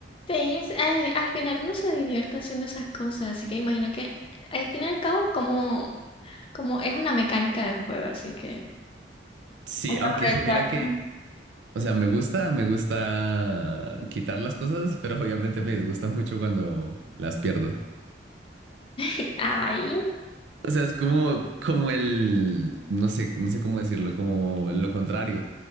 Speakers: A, on the left (about 30°); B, on the right (about 80°).
A: sí, es- al al final uno se divierte haciendo esas cosas, así que imagina que, al fin y al cabo, como, como es una mecánica del juego, así que...
B: Sí,
A: Ay,
B: aunque <laughs> mira
A: claro.
B: que, o sea, me gusta, me gusta quitar las cosas, pero obviamente me disgusta mucho cuando las pierdo.
A: <laughs> Ay.
B: O sea, es como, como el, no sé, no sé cómo decirlo, como lo contrario,